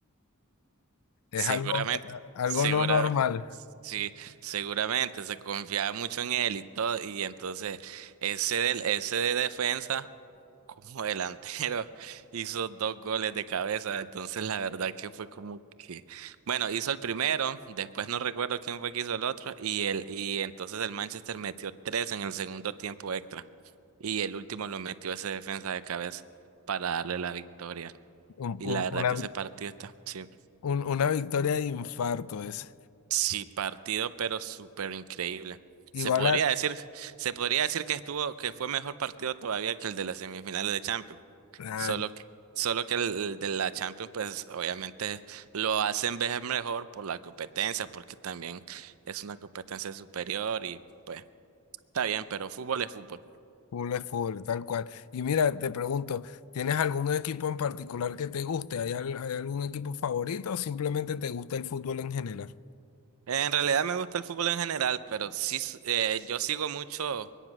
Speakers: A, on the left; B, on the right.
A: Es
B: Seguramente,
A: algo, algo
B: segura,
A: no normal.
B: sí, seguramente se confiaba mucho en él y todo, y entonces ese del, ese de defensa como delantero <laughs> hizo dos goles de cabeza, entonces la verdad que fue como que, bueno, hizo el primero, después no recuerdo quién fue que hizo el otro, y el, y entonces el Manchester metió tres en el segundo tiempo extra, y el último lo metió ese defensa de cabeza para darle la victoria,
A: Un-
B: y
A: un-
B: la verdad
A: una,
B: que ese partido está, sí.
A: un- una victoria de infarto es.
B: Sí, partido, pero súper increíble.
A: Igual
B: Se podría
A: a...
B: decir, se podría decir que estuvo, que fue mejor partido todavía que el de las semifinales de Champions.
A: Ay,
B: Solo que, solo que el de la Champions, pues obviamente lo hacen ver mejor por la competencia, porque también es una competencia superior y pues está bien, pero fútbol es fútbol.
A: full es full, tal cual. Y mira, te pregunto, ¿tienes algún equipo en particular que te guste? ¿Hay, al- hay algún equipo favorito o simplemente te gusta el fútbol en general?
B: En realidad me gusta el fútbol en general, pero sí, s- eh, yo sigo mucho